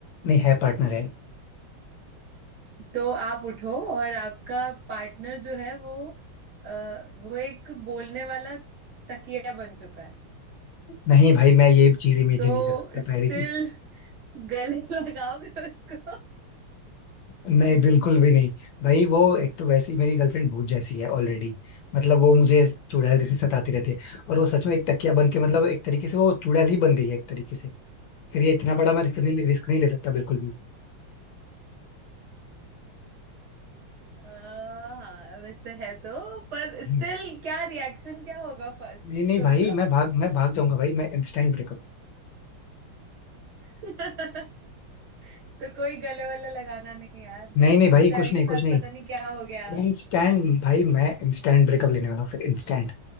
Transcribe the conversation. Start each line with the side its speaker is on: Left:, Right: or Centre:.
Left: नहीं है पार्टनर है
Right: तो आप उठो और आपका पार्टनर जो है वो अ, वो एक बोलने वाला तकिया बन चुका है
Left: नहीं भाई मैं ये
Right: सो
Left: चीज इमेजिन नहीं कर सकता
Right: स्टिल
Left: पहली चीज
Right: गले <laughs> लगाओगे उसको
Left: नहीं बिल्कुल भी नहीं भाई वो एक तो वैसे ही मेरी गर्लफ्रेंड भूत जैसी है ऑलरेडी मतलब वो मुझे चुड़ैल जैसी सताती रहती है और वो सच में एक तकिया बन के मतलब एक तरीके से वो चुड़ैल ही बन गई है एक तरीके से फिर ये इतना बड़ा मैं रिस्क नहीं रिस्क नहीं ले सकता बिल्कुल भी
Right: आ, हाँ वैसे है तो पर
Left: हम्म।
Right: स्टिल क्या रिएक्शन क्या होगा फर्स्ट
Left: नहीं नहीं
Right: सोचो
Left: भाई मैं भाग मैं भाग जाऊंगा भाई मैं इंस्टेंट ब्रेकअप
Right: <laughs> तो कोई गले वले लगाना नहीं यार
Left: नहीं
Right: एक
Left: नहीं
Right: तो
Left: भाई
Right: बेचारी
Left: कुछ
Right: के
Left: नहीं
Right: साथ
Left: कुछ नहीं
Right: पता नहीं क्या हो गया
Left: इंस्टेंट भाई मैं इंस्टेंट ब्रेकअप लेने वाला हूँ फिर इंस्टेंट